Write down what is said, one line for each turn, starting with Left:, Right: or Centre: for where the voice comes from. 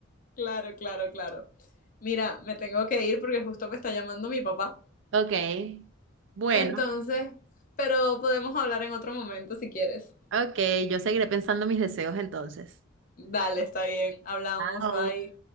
Left: Claro, claro, claro. Mira, me tengo que ir porque justo me está llamando mi papá.
Right: Ok, bueno,
Left: Entonces, pero podemos hablar en otro momento si quieres.
Right: ok, yo seguiré pensando mis deseos entonces.
Left: Dale, está bien. Hablamos,
Right: Chao.
Left: bye.